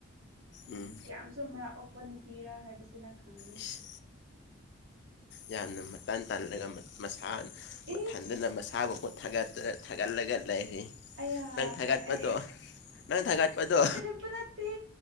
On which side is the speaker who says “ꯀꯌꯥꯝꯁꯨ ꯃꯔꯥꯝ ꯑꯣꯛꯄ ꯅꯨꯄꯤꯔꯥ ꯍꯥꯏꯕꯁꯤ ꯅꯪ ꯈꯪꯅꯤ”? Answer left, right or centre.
Right